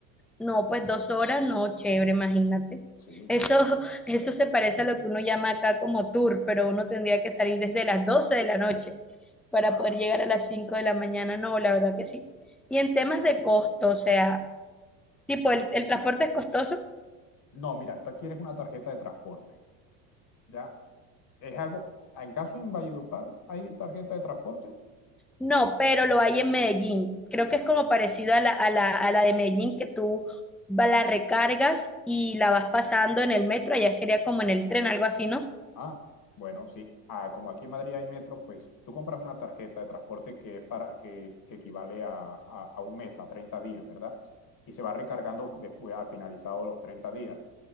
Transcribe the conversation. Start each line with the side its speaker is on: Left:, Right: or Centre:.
Centre: No, pues dos horas, no, chévere, imagínate.
Left: Sí.
Centre: Eso, <laughs> eso se parece a lo que uno llama acá como tour, pero uno tendría que salir desde las 12 de la noche para
Left: Ah,
Centre: poder llegar a las 5 de la mañana. No, la verdad que sí. Y en temas de costo, o sea, tipo, ¿el, el transporte es costoso?
Left: no, mira, tú adquieres una tarjeta de transporte. ¿ya? Es algo, en caso en Valledupar, ¿hay tarjeta de transporte?
Centre: No, pero lo hay en Medellín. Creo que es como parecido a la, a la, a la de Medellín, que tú va- la recargas y la vas pasando en el metro, allá sería como en el tren, algo así, ¿no?
Left: Ah, bueno, sí. Ah, como aquí en Madrid hay metro, pues tú compras una tarjeta de transporte que es para, que, que equivale a, a, a un mes, a 30 días, ¿verdad? Y se va recargando después, al finalizado los 30 días.